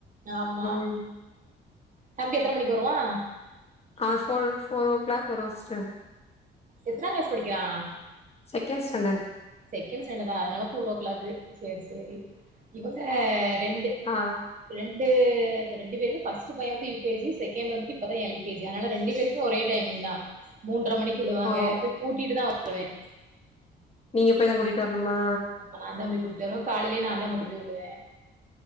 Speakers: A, on the right (about 40°); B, on the left (about 30°).
A: ஆமா
B: ம்
A: தம்பி எத்தன மணிக்கு வருவான்
B: அவன் ஃபோர் ஃபோர்வ் ஓ கிளாக் வருவான் சிஸ்டர்
A: எத்தனாங் கிளாஸ் படிக்கிறான்
B: செகண்ட்ஸாண்டட்
A: செகண்ட் சாண்டடா அதனால ஃபோர் ஓ கிளாக்கு சேர் சேரி இவங்க ரெண்டு
B: ஆ
A: ரெண்டு ரெண்டு பேருமே பஸ்டு பையன் வந்து யு கே ஜி செகண்ட் வந்து இப்பதான் எல் கே ஜி ஆதனால ரெண்டு பேருக் ஒரே டைமிங் தான் மூன்ற மணிக்கு விடுவாங்க
B: ஓ
A: போய் கூட்டிட்டு தான் வருவேன்
B: நீங்க போய் தான் கூட்டிட்டு வரணுமா
A: நான் தான் போய் கூட்டு வருவேன் காலையிலையும்‌ நா தான் கொண்டு போய் விடுவேன்